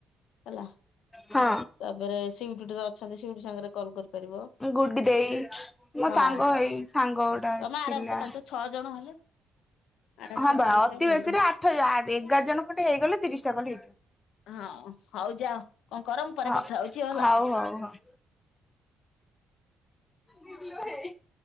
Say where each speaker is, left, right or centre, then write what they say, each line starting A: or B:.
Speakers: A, on the left (about 80°); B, on the left (about 20°).
A: ହେଲା
B: ହଁ।
A: ତାପରେ ସିଉଟି ଏଠି ତ ଅଛନ୍ତି ସୁଇଟୁ ସାଙ୍ଗରେ କଲ୍ କରିପାରିବ
B: ଗୁଡି ଦେଇ ମୋ
A: ହଁ
B: ସାଙ୍ଗ ହେଇ ସାଙ୍ଗ ଗୋଟା
A: ତମେ
B: ଥିଲା
A: ଆରାମ ସେ ପାଞ୍ଚ ଛଅ ଜଣ ହେଲେ ଆରାମସେ
B: ହଁ ବା
A: ତିରିଶ
B: ଅତି
A: ଟା ଭଲ
B: ବେଶୀରେ ଆଠ ଏୟା ଆ ଏଗାର ଜଣ ଖଟେ ହେଇଗଲେ ତିରିଶ ଟା କଲେ ହେଇଯିବ।
A: ହଁ ହଉ ଯାଅ କଣ କର ମୁଁ ପରେ
B: ହ
A: କଥା ହଉଛି ହେଲା।
B: ହଉ ହଉ ହଉ। <unintelligible>